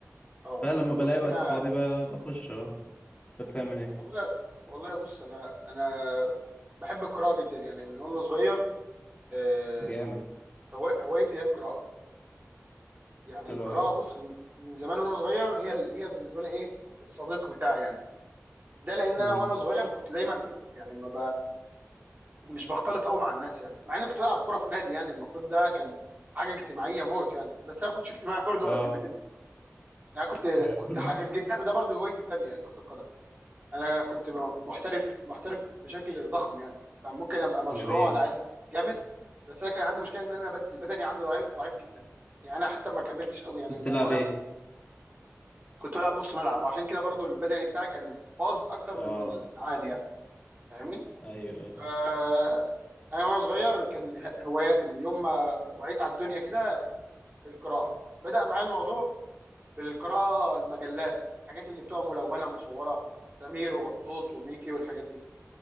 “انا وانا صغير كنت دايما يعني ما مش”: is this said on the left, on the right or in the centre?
Right